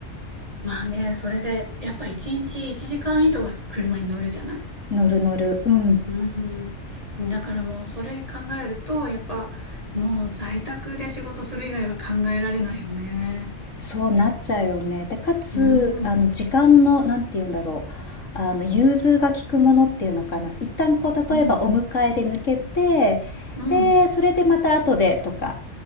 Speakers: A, on the right; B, on the left.
A: まあね、それで、やっぱ一日1時間以上は車に乗るじゃない。
B: 乗る乗る。うん。
A: うん。だからもうそれ考えると、やっぱもう在宅で仕事する以外は考えられないよね。
B: そうなっちゃうよね。で、かつ、
A: うん、うん、
B: あの、時間の、なんて言うんだろう。あの、融通が利くものっていうのかな。一旦こう、
A: うん、
B: 例えばお迎えで抜けて、
A: うん、
B: で、それでまた後でとか、